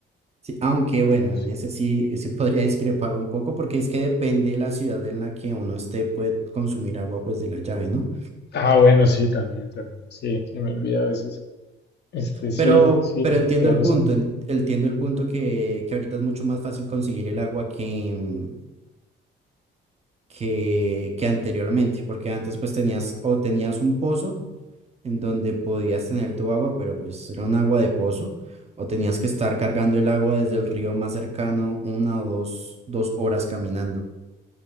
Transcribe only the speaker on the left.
Entonces,
ah, bueno, sí, también, también. Sí, se me olvida a veces. Este, sí,
sí,
tienes
razón.